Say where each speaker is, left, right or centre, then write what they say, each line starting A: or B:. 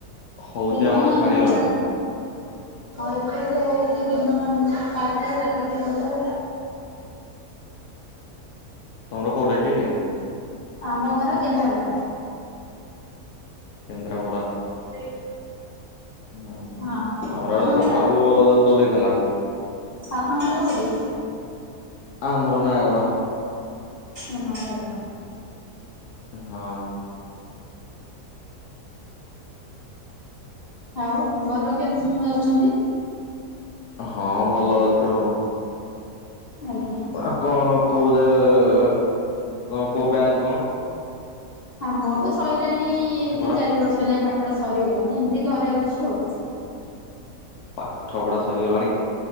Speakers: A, on the left (about 75°); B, on the left (about 50°).
A: ହଉଛି
B: ଦିନ
A: ଆମର
B: ମାନ
A: ଛାଡିଗଲାଣି
B: ହେଟା ଆଉ ଏପଟ ସାଇଟ ହଉଚି ଦିନ ମାନ ସକାଳ ଠାରୁ ଲାଗିଚି ଗଲେ
A: ତମ ଘର କୋଉଟା କି?
B: ଆମ ଘର କେନ୍ଦ୍ରାପଡା।
A: କେନ୍ଦ୍ରାପଡ଼ା।
B: <inaudible>
A: ଓହୋ!
B: ହଁ
A: ଆମର
B: ଆପଣଙ୍କ
A: ସକାଳୁ-ଉ ଚଲେଇଥିଲା।।
B: ଆପଣଡ଼ କଉଠି?
A: ଆମର ନୟାଗଡ।
B: ଓ ନୟାଗଡ।
A: ହଁ।
B: ଆଉ ଘର ଲୋକ କେମିତି <unintelligible> ଅଛନ୍ତି।
A: ହଁ, ଭଲ ଅଛି ଆଉ।
B: ଆଜ୍ଞା।
A: ଆ କଣ କୋଉ ଯେ-ଏ-ଏ କୋଉ ବ୍ୟାଚ କଣ?
B: ଆ ମୋର ତ ସଇଲାଣି-ଇ
A: ପାଠ
B: ତିନି
A: ପଢା
B: ଚାରି ବର୍ଷ ହେଲାଣି। ପା ଠ ଟା ସରିଗଲାଣି। ଏମିତି ଘରେ ଅଛି ଆଉ।
A: ପାଠ ପଢା ସରିଗଲାଣି?